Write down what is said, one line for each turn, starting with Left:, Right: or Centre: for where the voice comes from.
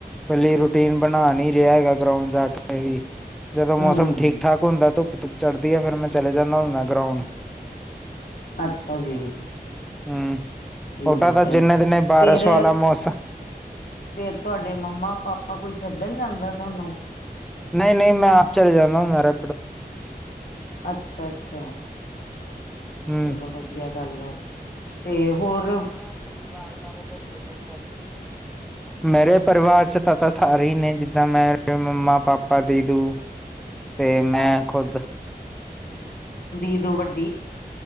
Centre: ਪਹਿਲੀ ਰੂਟੀਨ ਬਣਾ ਨੀ ਰੇਹਾ ਹੈਗਾ ਗਰਾਉਂਡ ਜਾ ਕੇ ਵੀ। ਜਦੋਂ ਮੌਸਮ
Left: ਹੂੰ,
Centre: ਠੀਕ- ਠਾਕ ਹੁੰਦਾ ਧੁੱਪ- ਧੁੱਪ ਚੜਦੀ ਹੈ ਫੇਰ ਮੈਂ ਚਲੇ ਜਾਂਦਾ ਹੁੰਦਾ ਗਰਾਉਂਡ।
Left: ਅੱਛਾ ਜੀ।
Centre: ਹੂੰ
Left: ਠੀਕ
Centre: ਓਦਾਂ ਦਾ
Left: ਐ।
Centre: ਜਿੰਨੇ ਦਿਨੇ ਬਾਰਸ਼
Left: ਫੇਰ
Centre: ਵਾਲਾ ਮੌਸਮ
Left: ਫੇਰ ਤੁਹਾਡੇ ਮੰਮਾ- ਪਾਪਾ ਕੋਈ ਛੱਡਣ ਜਾਂਦਾ ਤੁਹਾਨੂੰ।
Centre: ਨਹੀਂ- ਨਹੀਂ ਮੈਂ ਆਪ ਚਲੇ ਜਾਂਦਾ ਮੇਰਾ
Left: ਅੱਛਾ- ਅੱਛਾ।
Centre: ਹੂੰ
Left: ਚਲੋ ਵਧੀਆ ਗੱਲ ਹੈ, ਤੇ ਹੋਰ?
Centre: ਅਪਣੇ ਪਰਿਵਾਰ ਬਾਰੇ ਦੱਸੋ ਕੁਛ ਤੁਸੀ। ਮੇਰੇ ਪਰਿਵਾਰ ਚ ਤਾਂ- ਤਾਂ ਸਾਰੇ ਹੀ ਨੇ ਜਿੱਦਾਂ ਮੈਂ, ਮੰਮਾ- ਪਾਪਾ ਦੀਦੂ। ਤੇ ਮੈਂ ਖੁਦ।
Left: ਦੀਦੂ ਵਡ-